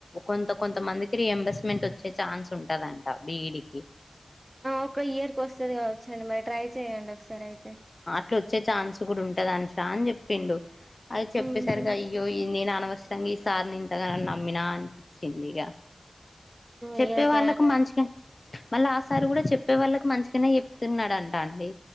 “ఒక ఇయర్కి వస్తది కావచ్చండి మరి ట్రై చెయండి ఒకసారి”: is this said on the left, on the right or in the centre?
Right